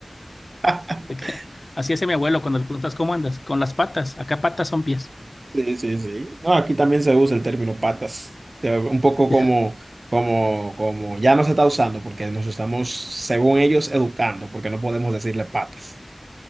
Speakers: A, on the right; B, on the left.
A: <laughs>
B: <laughs> Así es mi abuelo cuando le preguntas cómo andas, con las patas, acá patas son pies. <laughs>
A: Sí, sí, sí. No, aquí también se usa el término patas. Eh, Un poco como,
B: Ya,
A: como, como ya no se está usando porque nos estamos, según ellos, educando porque no podemos decirle patas.